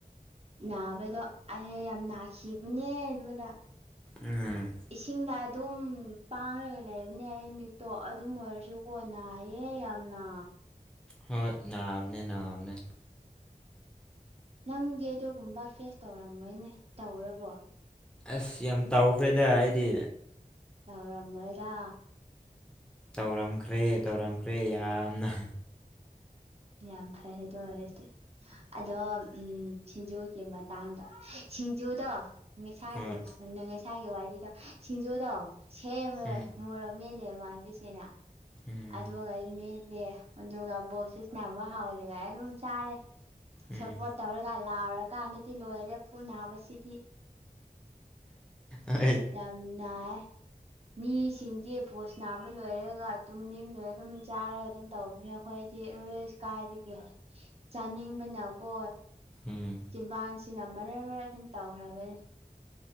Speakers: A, on the right; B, in the centre.
A: ꯅꯥꯕꯗꯣ ꯑꯩ ꯌꯥꯝ ꯅꯥꯈꯤꯕꯅꯦ ꯑꯗꯨꯗ
B: ꯎꯝ
A: ꯏꯁꯤꯡꯗ ꯑꯗꯨꯝ ꯄꯥꯡꯂꯒ ꯂꯩꯕꯅꯦ ꯑꯩ ꯃꯤꯠꯇꯣ ꯑꯗꯨꯝ ꯑꯣꯏꯔꯁꯨ ꯑꯣ ꯅꯌꯦ ꯌꯥꯝꯅ
B: ꯍꯣꯏ ꯅꯥꯕꯅꯦ ꯅꯥꯕꯅꯦ
A: ꯅꯪꯗꯤ ꯑꯗꯨꯒꯨꯝꯕ ꯐꯦꯁ ꯇꯧꯔꯝꯃꯣꯏꯅꯦ ꯇꯧꯔꯕꯣ
B: ꯑꯁ ꯌꯥꯝ ꯇꯥꯎꯈ꯭ꯔꯦꯗ ꯑꯩꯗꯤ
A: ꯇꯧꯔꯝꯃꯣꯏꯗ
B: ꯇꯧꯔꯝꯈ꯭ꯔꯦ ꯇꯧꯔꯝꯈ꯭ꯔꯦ ꯌꯥꯝꯅ
A: ꯌꯥꯝ ꯐꯩ ꯍꯥꯏꯗꯣ ꯑꯣꯏꯗꯤ ꯑꯗꯣ ꯎꯝ ꯁꯤꯡꯖꯨꯒꯤ ꯃꯇꯥꯡꯗ ꯁꯤꯡꯖꯨꯗꯣ ꯉ ꯏꯁꯥꯒꯤ
B: ꯍꯣꯏ
A: <unintelligible> ꯏꯁꯥꯒꯤ ꯋꯥꯔꯤꯗꯣ ꯁꯤꯡꯖꯨꯗꯣ ꯁꯦꯝꯂꯦ
B: ꯎꯝ
A: ꯃꯣꯔꯣꯠ ꯃꯦꯠꯂꯦ ꯏꯃꯥꯥꯟꯕꯤꯁꯤꯡꯅ
B: ꯎꯝ
A: ꯑꯗꯨꯒꯩ ꯃꯦꯠꯂꯦ ꯑꯗꯨꯒ ꯕꯣꯜ ꯁꯤ ꯁꯥꯅꯕ ꯍꯥꯎꯗ꯭ꯔꯤꯉꯩ ꯑꯗꯨꯝ ꯆꯥꯔꯦ
B: ꯎꯝ
A: ꯁꯞꯄꯣꯔꯠ ꯇꯧꯔꯒ ꯂꯥꯎꯔꯀꯥꯟꯗꯗꯤ ꯂꯣꯏꯔꯦ ꯄꯨꯛꯕꯁꯤꯗꯤ
B: ꯍꯣꯏ
A: ꯌꯥꯝ ꯅꯥꯏ ꯃꯤꯁꯤꯡꯗꯤ ꯕꯣꯜ ꯁꯥꯅꯕ ꯂꯣꯏꯔꯒ ꯇꯨꯝꯅꯤꯡꯗꯦ ꯑꯗꯨꯝ ꯆꯥꯔꯒ ꯑꯗꯨꯝ ꯇꯧꯕꯅꯦ ꯑꯩꯈꯣꯏꯗꯤ ꯑꯁ ꯀꯥꯏꯗꯒꯦ ꯆꯥꯅꯤꯡꯕꯅꯀꯣ
B: ꯎꯝ
A: ꯖꯤꯟꯕꯥꯟꯁꯤꯅ ꯃꯔ ꯃꯔ ꯑꯗꯨꯝ ꯇꯧꯈ꯭ꯔꯕꯅꯤ